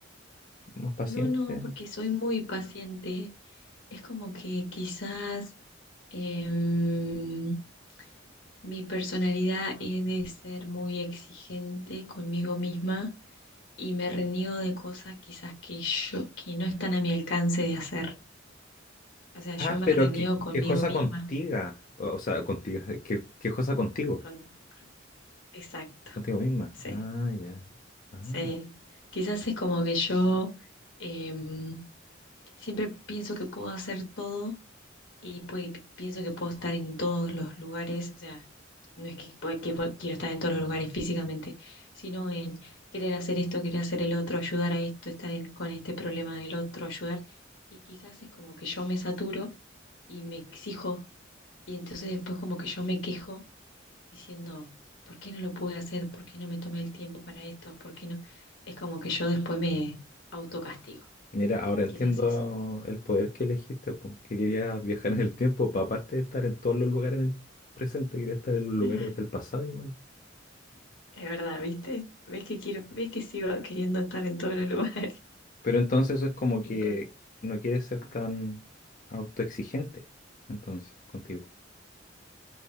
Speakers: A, on the left; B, on the left.
A: Más paciente.
B: No, no, porque soy muy paciente. Es como que quizás em, mi personalidad es de ser muy exigente conmigo misma y me reniego de cosas quizás que yo, que no están a mi alcance de hacer. O sea,
A: Ah,
B: yo me
A: pero
B: reniego
A: que,
B: conmigo
A: quejosa
B: misma.
A: contigo. O o sea, contigo. Que, quejosa contigo.
B: Con... Exacto.
A: Contigo misma.
B: Sí.
A: Ah, ya. Ah.
B: Sí, quizás es como que yo em, siempre pienso que puedo hacer todo y pues, pienso que puedo estar en todos los lugares, o sea, no es que, pu- que pu- quiero estar en todos los lugares físicamente, sino en querer hacer esto, querer hacer el otro, ayudar a esto, estar en- con este problema del otro, ayudar. Y quizás es como que yo me saturo y me exijo y entonces después como que yo me quejo diciendo, ¿por qué no lo pude hacer? ¿Por qué no me tomé el tiempo para esto? ¿Por qué no? Es como que yo después me autocastigo,
A: Mira, ahora entiendo
B: quizás eso.
A: el poder que elegiste, po, que querías viajar en el tiempo, para aparte de estar en todos los lugares en el presente, querías estar en los lugares
B: Mm.
A: del pasado igual.
B: Es verdad, ¿viste? ¿Ves que quiero, ves que sigo queriendo estar en todos los lugares?
A: Pero entonces eso es como que
B: <laughs> Incon-
A: no quieres ser tan autoexigente, entonces, contigo.